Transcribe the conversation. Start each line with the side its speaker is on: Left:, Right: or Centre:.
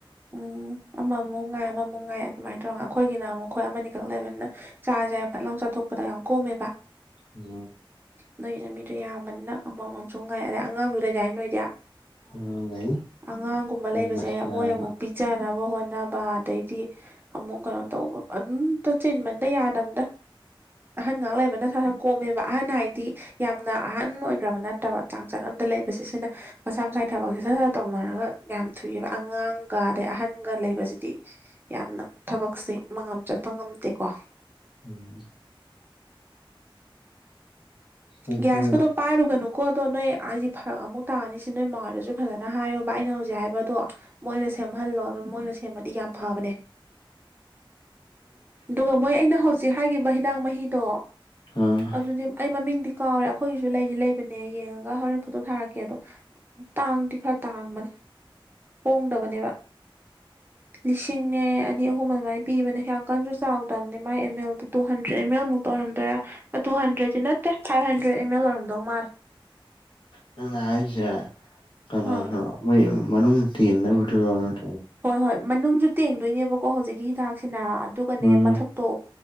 Right: ꯎꯝ ꯑꯃꯃꯨꯛ ꯉꯥꯏ ꯑꯃꯃꯨꯛ ꯉꯥꯏ ꯑꯗꯨꯃꯥꯏꯅ ꯇꯧꯔꯒ ꯑꯩꯈꯣꯏꯒꯤꯅ ꯑꯃꯨꯛ ꯃꯈꯣꯏ ꯑꯃꯅꯤ ꯑꯈꯛ ꯂꯩꯕꯅꯤꯅ ꯆꯥꯁꯦ ꯐꯠ ꯂꯥꯎ ꯆꯥꯊꯣꯛꯄꯗ ꯌꯥꯝ ꯀꯣꯝꯃꯦꯕ
Left: ꯑꯃꯁꯨꯍꯪ
Right: ꯅꯣꯏꯒꯤꯅ ꯃꯤꯗꯣ ꯌꯥꯝꯕꯅꯤꯅ ꯑꯃꯃꯁꯨ ꯉꯥꯏ ꯑꯗꯩ ꯑꯉꯥꯡꯗꯨ ꯂꯩꯗꯥꯏ ꯅꯣꯏꯗꯤ
Left: ꯑꯉꯥꯡ ꯂꯩ
Right: ꯑꯉꯥꯡꯒꯨꯝꯕ
Left: ꯑꯉꯥꯡ
Right: ꯂꯩꯕꯁꯦ
Left: ꯃꯆꯥ
Right: ꯃꯣꯏ ꯑꯃꯨꯛ
Left: ꯑꯃ
Right: ꯄꯤ ꯆꯥꯅꯕ ꯍꯣꯠꯅꯕ ꯑꯗꯩꯗꯤ ꯑꯃꯨꯛ ꯀꯩꯅꯣ ꯇꯧꯕ ꯑꯗꯨꯝꯇ ꯆꯤꯟꯕꯟꯗ ꯌꯥꯗ ꯑꯝꯗ ꯑꯍꯟ ꯉꯥꯛ ꯂꯩꯕꯅ ꯁꯥ ꯁꯟ ꯀꯣꯝꯃꯦꯕ ꯑꯍꯟ ꯍꯥꯏꯗꯤ ꯌꯥꯝꯅ ꯑꯍꯟ ꯑꯣꯏꯈ꯭ꯔꯕ ꯅꯠꯇꯕ ꯆꯥꯡ ꯆꯠ ꯑꯝꯗ ꯂꯩꯕꯁꯦ ꯁꯤꯅ ꯃꯁꯥ ꯃꯁꯥꯒꯤ ꯊꯕꯛꯁꯦ ꯁꯠ ꯁꯠ ꯇꯧꯅꯔꯒ ꯌꯥꯝ ꯊꯨꯏꯑꯕ ꯑꯉꯥꯡꯒ ꯑꯗꯩ ꯑꯍꯟꯒ ꯂꯩꯕꯁꯤꯗꯤ ꯌꯥꯝꯅ ꯊꯕꯛꯁꯦ ꯃꯉꯥꯝ ꯆꯠꯄ ꯉꯝꯗꯦꯀꯣ
Left: ꯎꯝ ꯑꯗꯨ
Right: ꯒꯦꯏꯁ ꯀꯗꯣ ꯄꯥꯏꯔꯨꯒꯅꯨꯀꯣ ꯑꯗꯣ ꯅꯣꯏ ꯑꯩꯜꯗꯤ ꯐꯔꯛ ꯑꯃꯨꯛ ꯇꯥꯔꯅꯤꯁꯤ ꯅꯣꯏ ꯃꯉꯍꯣꯏꯗꯁꯨ ꯐꯖꯅ ꯍꯥꯏꯌꯣꯕ ꯑꯩꯅ ꯍꯧꯖꯤꯛ ꯍꯥꯏꯕꯗꯣ ꯃꯣꯏꯅ ꯁꯦꯝꯍꯜꯂꯣ ꯑꯗꯨꯅ ꯃꯣꯏꯅ ꯁꯦꯝꯃꯗꯤ ꯌꯥꯝ ꯐꯕꯅꯦ ꯑꯗꯨꯒ ꯃꯣꯏ ꯑꯩꯅ ꯍꯧꯖꯤꯛ ꯍꯥꯏꯒꯤꯕ ꯍꯤꯗꯛ ꯃꯍꯤꯗꯣ
Left: ꯍꯥ
Right: ꯑꯗꯨꯗꯤ ꯑꯩ ꯃꯃꯤꯡꯗꯤ ꯀꯥꯎꯔꯦ ꯑꯩꯈꯣꯏꯒꯤꯁꯨ ꯂꯩꯗꯤ ꯂꯩꯕꯅꯦ ꯌꯦꯡꯉꯒ ꯍꯣꯔꯦꯟ ꯐꯣꯇꯣ ꯊꯥꯔꯛꯀꯦ ꯑꯗꯣ ꯇꯥꯡꯗꯤ ꯈꯔ ꯇꯥꯡꯕꯅꯦ ꯍꯣꯡꯗꯕꯅꯦꯕ ꯂꯤꯁꯤꯡꯅꯦ ꯑꯅꯤ ꯑꯍꯨꯝ ꯑꯗꯨꯃꯥꯏꯅ ꯄꯤꯕꯅꯦ ꯍꯡ ꯀꯟꯁꯨ ꯆꯥꯎꯗꯕꯅꯦ ꯃꯥꯏ ꯑꯦꯝ ꯑꯦꯜꯗꯣ ꯇꯨ ꯍꯟꯗ꯭ꯔꯦꯗ ꯑꯦꯝ ꯑꯦꯜ ꯃꯨꯛꯇ ꯇꯧꯍꯅꯗꯔꯦ ꯑꯇꯨꯍꯅꯗ꯭ꯔꯦꯠꯇꯤ ꯅꯠꯇꯦ ꯐꯥꯏꯚ ꯍꯟꯗ꯭ꯔꯦꯗ ꯑꯦꯝ ꯑꯦꯜ ꯑꯣꯏꯔꯝꯗꯧ ꯃꯥꯜꯂꯦ
Left: ꯅꯪꯅ ꯍꯥꯏꯁꯦ ꯀꯩꯅꯣꯗꯣ
Right: ꯑꯥ
Left: ꯃꯣꯏ ꯃꯅꯨꯡꯗ ꯊꯦꯡꯅꯕꯗꯨꯔꯣꯟꯠ
Right: ꯍꯣꯏ ꯍꯣꯏ ꯃꯅꯨꯡꯁꯨ ꯇꯦꯡꯗꯣꯏꯅꯦꯕꯀꯣ ꯍꯧꯖꯤꯛꯀꯤ ꯍꯤꯗꯥꯛꯁꯤꯅ ꯑꯗꯨ ꯄꯅꯦ
Left: ꯎꯝ
Right: ꯃꯊꯛꯇꯣ